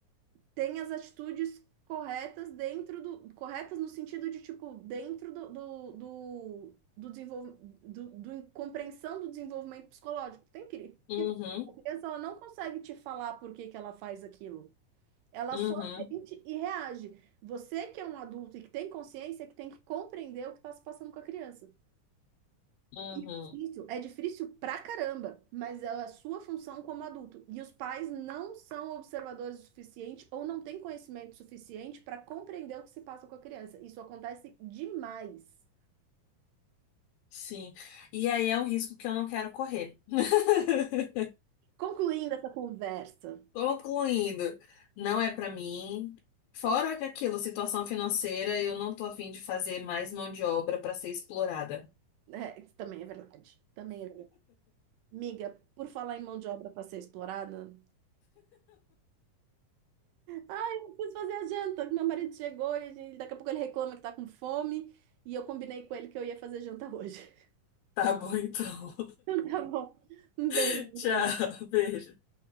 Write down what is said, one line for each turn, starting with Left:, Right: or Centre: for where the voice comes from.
Right: tem as atitudes corretas dentro do, corretas no sentido de, tipo, dentro do, do, do, do desenvolvimento, do, do- compreensão do desenvolvimento psicológico. Tem que, porque
Left: uhum,
Right: tem- a criança, ela não consegue te falar por que que ela faz aquilo. Ela
Left: uhum,
Right: só sente e reage. Você que é um adulto e que tem consciência, é que tem que compreender o que está se passando com a criança
Left: uhum.
Right: difícil, é difícil pra caramba, mas é a sua função como adulto. E os pais não são observadores o suficiente ou não têm conhecimento suficiente para compreender o que se passa com a criança. Isso acontece demais.
Left: Sim. E aí é o risco que eu não quero correr. <laughs>
Right: Concluindo essa conversa,
Left: Concluindo, não é pra mim. Fora
Right: con-
Left: que aquilo, situação financeira, eu não tô afim de fazer mais mão de obra pra ser explorada.
Right: é, isso também é verdade. Também é verdade. Amiga, por falar em mão de obra para ser explorada, ai, eu preciso fazer a janta, que meu marido chegou e a gente- daqui a pouco ele reclama que tá com fome e eu combinei com ele que eu ia fazer janta hoje. <laughs>
Left: Tá bom, então.
Right: Então tá bom. Um beijo.
Left: <laughs>
Right: amiga.
Left: Tchau, beijo.